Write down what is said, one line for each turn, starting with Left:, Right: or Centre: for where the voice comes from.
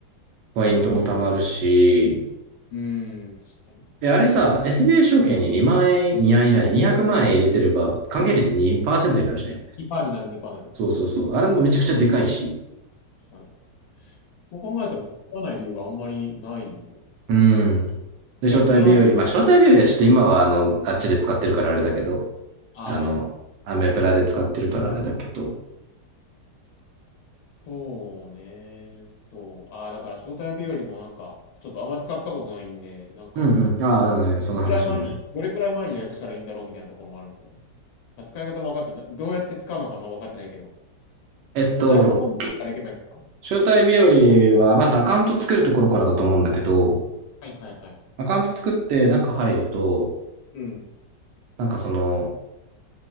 Right: ポイントも貯まるし、
Left: すごいよ。うん、確かに。
Right: え、あれさ、SBI 証券に2万円、2円じゃない、200万円入れてれば、還元率2%になるしね。
Left: にパーになる、2%になる。
Right: そうそうそう。あれもめちゃくちゃでかいし。
Left: 確かに。そう考えたら、作らない理由があんまりないよね。
Right: うん。で、招待日和。
Left: 逆にあれ
Right: まあ、招待日和はちょっと今は、あの、あっちで使ってるからあれだけど、
Left: あ、
Right: あの、
Left: アメック
Right: アメプラで使ってるからあれだけど。
Left: ス。そうね。そう。ああ、だから招待日よりもなんか、ちょっとあんま使ったことないんで、なんか、
Right: うんうん。
Left: ど
Right: ああ、うん、その話もね。
Left: れくらい前に、どれくらい前に予約したらいいんだろうみたいなところもあるんですよね。まあ、使い方も分かってない。どうやって使うのかも分かってないけど。
Right: えっと、
Left: お問い合わせフォームから行けばいいのかな
Right: 招待日和は、まずアカウント作るところからだと思うんだけど、
Left: はいはいはい。
Right: アカウント作って中入ると、
Left: うん。
Right: なんかその、